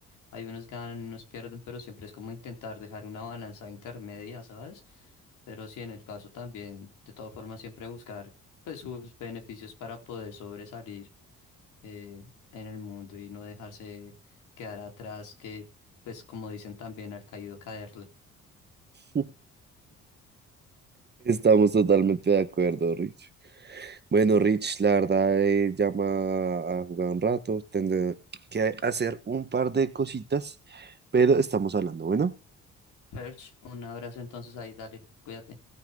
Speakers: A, on the left; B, on the right.
A: hay unos ganan, unos pierden, pero siempre es como intentar dejar una balanza intermedia, ¿sabes? Pero sí, en el caso también, de todas formas, siempre buscar, pues, sus beneficios para poder sobresalir eh, en el mundo y no dejarse quedar atrás, que, pues, como dicen también, al caído caerle.
B: <laughs> estamos totalmente de acuerdo, Rich. Bueno, Rich, la verdad, eh, llama a jugar un rato, tendré que hacer un par de cositas, pero estamos hablando, bueno.
A: Perch, un abrazo entonces ahí, dale, cuídate.